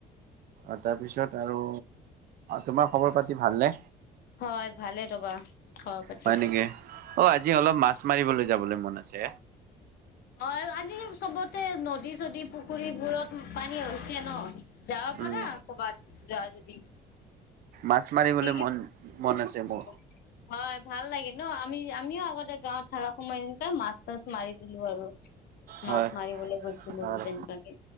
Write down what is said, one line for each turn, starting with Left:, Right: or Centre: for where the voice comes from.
Right: অ' তাৰপিছত আৰু তোমাৰ খবৰ পাতি ভালনে।
Left: হয়, ভালে ৰ'বা খব পাতি।
Right: হয় নেকি? অ' আজি অলপ মাছ মাৰিবলৈ যাবলৈ মন আছে।
Left: হয়, আজি কালি চবতে নদী চদী পুখুৰীবোৰত পানী হৈছে ন? যাব
Right: উম,
Left: পাৰা ক'ৰবাত যোৱা যদি।
Right: মাছ মাৰিবলৈ
Left: কি কি
Right: মন মন আছে মোৰ।
Left: <unintelligible> হয় ভাল লাগে ন? আমি আমিও আগতে গাঁৱত ধাৰা সোমাই এনেকাই মাছ চাছ মাৰিছিলো আৰু।
Right: হয়
Left: মাছ মাৰিবলৈ গৈছিলো
Right: আৰু
Left: তেনেকুৱাকে।